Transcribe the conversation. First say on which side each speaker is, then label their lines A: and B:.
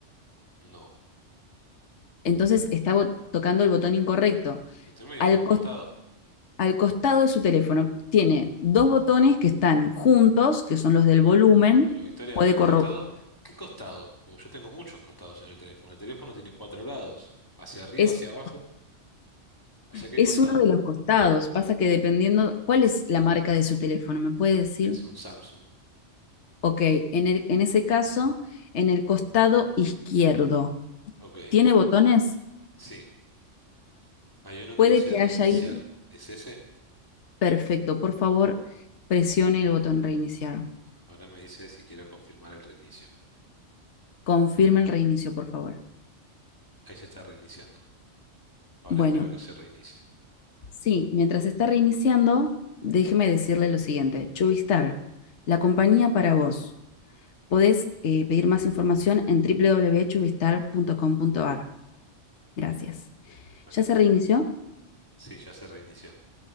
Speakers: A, on the left; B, on the left.
A: No.
B: Entonces está tocando el botón incorrecto.
A: Y usted me dijo
B: Al,
A: un costado.
B: cos- al costado de su teléfono tiene dos botones que están juntos, que son los del volumen.
A: No, pero Victoria,
B: Puede
A: al
B: corro-
A: costado, ¿qué costado? Porque yo tengo muchos costados en el teléfono. El teléfono tiene cuatro lados, hacia arriba,
B: es
A: hacia abajo, ¿hacia qué
B: Es
A: costado?
B: uno de los costados. Pasa que dependiendo, ¿cuál es la marca de su teléfono? ¿Me puede decir?
A: Es un Samsung.
B: Ok, en el- en ese caso, en el costado izquierdo,
A: Ok,
B: ¿tiene botones?
A: sí. Hay uno
B: Puede
A: que dice
B: que
A: reiniciar.
B: haya ahí.
A: ¿Es ese?
B: Perfecto, por favor, presione el botón reiniciar.
A: Ahora me dice si quiero confirmar el reinicio.
B: Confirme el reinicio, por favor.
A: Ahí se está reiniciando. Ahora
B: Bueno,
A: espero a que se reinicie.
B: sí, mientras está reiniciando, déjeme decirle lo siguiente. Chubistar, la compañía para vos. Podés eh, pedir más información en www.chubistar.com.ar. Gracias.
A: Bueno,
B: ¿Ya se reinició?
A: sí, ya se reinició.